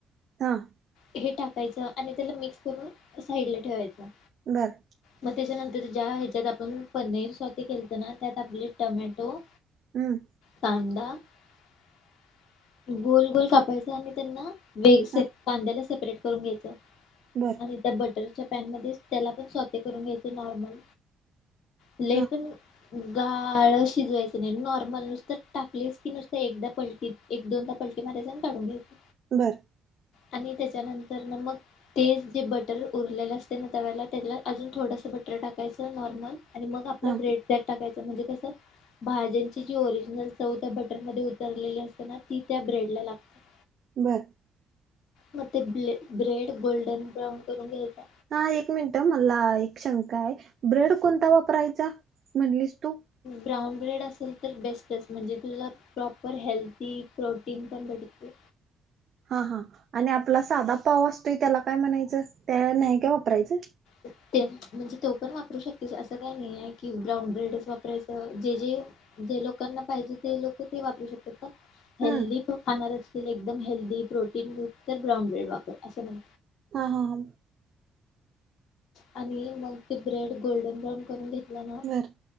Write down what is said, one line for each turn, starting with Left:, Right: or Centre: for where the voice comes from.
Right: <unintelligible>
Left: हे टाकायचं आणि त्याला मिक्स करून साइडला ठेवायचं.
Right: बरं.
Left: मग त्याच्यानंतर ज्या ह्याच्यात आपण पनीर स्वते केलत ना त्यात आपले टमॅटो
Right: अं
Left: कांदा-गोल गोल कापायचा आणि त्यांना <unintelligible>
Right: हा
Left: कांद्याला सेपरेट करून घ्यायचं.
Right: बरं.
Left: आणि त्या बटरच्या पॅनमध्येच त्याला पण स्वते करून घ्यायच नॉर्मल लई
Right: हा
Left: पण गाळ शिजवायचं नई नॉर्मल नुसतं टाकलीस की नुसत एकदा पलटी एक दोनदा पल्टी मारायच अन काडून घ्यायच.
Right: बरं.
Left: आणि त्याच्यानंतर न मग तेच जे बट तर उरलेलं असते ना तव्याला, त्याला अजून थोडंसं बटर टाकायचं, नॉर्मलऽ आणि मग आपला
Right: हा
Left: ब्रेड त्यात टाकायच, म्हणजे कसं भाज्यांची जी ओरिजिनल चव त्या बटर मध्ये उतरलेली असते ना, ती त्या ब्रेडला लागते. <inaudible>
Right: बरं.
Left: म ते ब्रेड, गोल्डन ब्रौन करून घेयचं.
Right: हा एक मिनिट मला एक शंका आहे, ब्रेड कोणता वापरायचा, म्हटलीस तू?
Left: ब्राऊन ब्रेड असेल तर बेस्टच, म्हणजे तुझा प्रॉपर हेल्दी प्रोटीन पण भेडते.
Right: हा हा, आणि आपला साधा पाव असतोय त्याला काय म्हणायचं त्या नाही काय वापरायचं.
Left: अ ते, म्हणजे तो पण वापरू शकतेस असं काही नाही आहे. की ब्राऊन ब्रेडच वापरायचं जे जे. जे लोकांना पाहिजे ते लोक ते वापरू शकतात पण
Right: हम्म
Left: हेल्दी प खाणार असतील एकदम हेल्दी प्रोटीन तर ब्राउन ब्रेड वापर असं म्हण.
Right: हा हा हा,
Left: आणि मग ते ब्रेड गोल्डन ब्राउन करून घेतला ना.
Right: बर